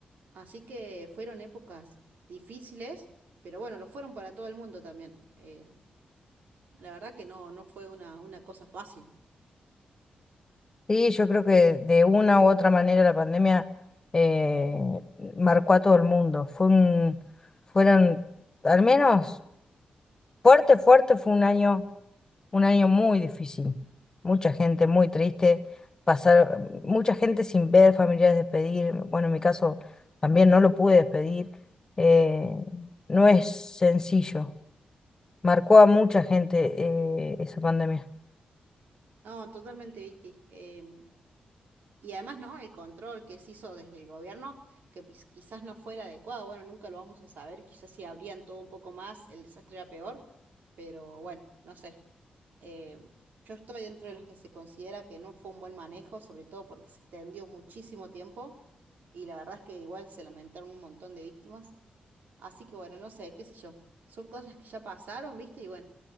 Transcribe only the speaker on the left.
sí, yo creo que de una u otra manera la pandemia eh, marcó a todo el mundo. Fue un, fueron, al menos fuerte, fuerte, fue un año, un año muy difícil. Mucha gente muy triste, pasar, mucha gente sin ver familiares despedir. Bueno, en mi caso también no lo pude despedir. Eh, no es sencillo. Marcó a mucha gente eh, esa pandemia.